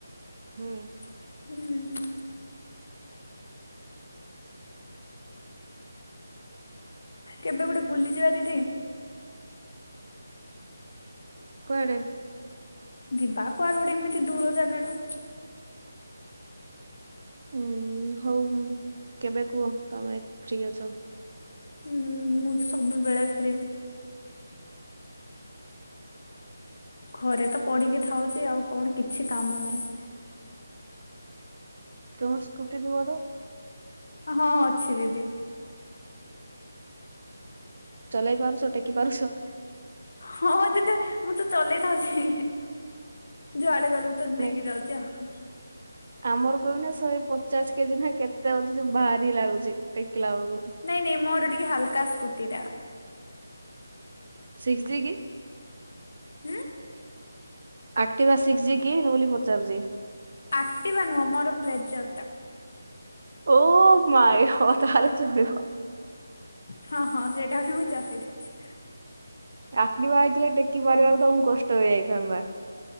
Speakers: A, on the right (about 40°); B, on the left (about 50°).
A: ହୁଁ।
B: ହୁଁ। କେବେ ଗୋଟେ ବୁଲିଯିବା ଦିଦି?
A: କୁଆଡେ?
B: ଯିବା କୁଆଡେ ଗୋଟେ ଏମିତି ଦୂର ଜାଗା ଟା।
A: ଉଁ ହଉ କେବେ କୁହ ତମେ ଫ୍ରି ଅଛ?
B: ହୁଁ ମୁଁ ତ ସବୁବେଳେ ଫ୍ରି। ଘରେ ତ ପଡିକି ଥାଉଚି। ଆଉ କଣ କିଛି କାମ ନାହିଁ।
A: ତୁମର ସ୍କୁଟି ଥିବ ତ?
B: ହଁ ଅଛି ଦିଦି।
A: ଚଲେଇ ପାରୁଚ ଟେକି ପାରୁଚ?
B: ହଁ ଦିଦ ମୁଁ ତ ଚଲେଇଥାଉଚି। ଯୁଆଡେ ଗଲେ ତ ନେଇକି
A: ମାନେ
B: ଯାଉଚି ଆଉ।
A: ଆମର କହ ନା ଶହେ ପଚାଶ କେଜି ନା କେତେ ଅଛି ଯୋ ଭାରି ଲାଗୁଚି ଟେକିଲା ବେଳକୁ।
B: ନାଇଁ ନାଇଁ ମୋର ଟିକେ ହାଲକା ସ୍କୁଟି ଟା।
A: ସିକ୍ସ ଜି କି?
B: ହୁଁ?
A: ଆକ୍ଟିଭା ସିକ୍ସ ଜି କି ବୋଲି ପଚାରୁଚି?
B: ଆକ୍ଟିିବା ନୁହଁ ମୋର ପ୍ଲେଜର ଟା।
A: ଓ ମାଇ ଗଡ ତାହେଲେ ଚଳିବ।
B: ହଁ ହଁ ସେଇଟା ହିଁ ମୁଁ ଚଲେଇ ଦଉଚି।
A: ଆଖ୍ରିବା ହେଇଥିଲେ ଟେକି
B: ହଁ
A: ପାରିବାକୁ ତମୁକୁ କଷ୍ଟ ହେଇଯାଇଥାନ୍ତା।